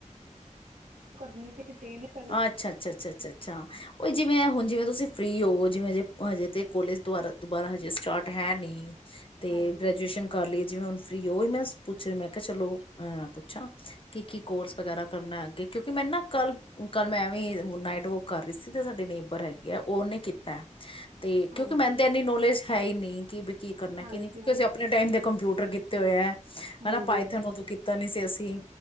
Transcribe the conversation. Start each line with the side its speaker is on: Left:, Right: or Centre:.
Right: ਕਰਨੀ ਤੇ ਡਿਟੇਲ ਕਰਨਾ
Left: ਅੱਛਾ- ਅੱਛਾ -ਅੱਛਾ -ਅੱਛਾ -ਅੱਛਾ, ਉਹ ਜਿਵੇਂ ਹੁਣ ਜਿਵੇਂ ਤੁਸੀਂ ਫਰੀ ਹੋ ਜਿਵੇਂ ਹਜੇ- ਹਜੇ ਤੇ ਕੋਲੇਜ ਦੁਬਾਰਾ-ਦੁਬਾਰਾ ਹਜੇ ਸਟਾਰਟ ਹੈ ਨਹੀਂ। ਤੇ
Right: ਹਾਂਜੀ
Left: ਗ੍ਰੈਜੂਏਸ਼ਨ ਕਰ ਲਈਏ ਜਿਵੇਂ ਹੁਣ ਫਰੀ ਉਹੀ ਮੈਂ ਪੁੱਛ ਰਹੀ ਮੈਂ ਕਿਹਾ ਚਲੋ, ਅਹ ਪੁੱਛਾਂ ਕਿ- ਕੀ ਕੋਰਸ ਵਗੈਰਾ ਕਰਨਾ ਅੱਗੇ ਕਿਉਂਕਿ ਮੈਂ ਨਾ ਕੱਲ ਕੱਲ ਮੈਂ ਏਵੀ ਨਾਈਟ ਵਾਕ ਕਰ ਰਹੀ ਸੀ। ਜਿੱਥੇ ਸਾਢੀ ਨੇਬਰ ਹੈਗੀਆ। ਉਹਨੇ ਕੀਤਾ। ਤੇ ਕਿਉਂਕਿ
Right: ਹਾਂਜੀ
Left: ਮੈਨ ਤੇ ਇੰਨੀ ਨੋਲੇਜ ਹੈ ਹੀ ਨਹੀਂ ਕਿਪਿ ਕੀ ਕਰਨਾ
Right: ਹਾਂਜੀ
Left: ਕੀ ਨਹੀਂ, ਕਿਉਂਕਿ ਅਸੀਂ ਆਪਣੇ ਟਾਈਮ ਦੇ ਕੰਪਿਊਟਰ ਕੀਤੇ ਹੋਏ ਹੈ।
Right: ਹਾਂਜੀ
Left: ਹੈਨਾ ਪਾਈਥਨ
Right: ਹਾਂਜੀ
Left: ਉਦੋਂ ਕੀਤਾ ਨੀ ਸੀ ਅਸੀਂ।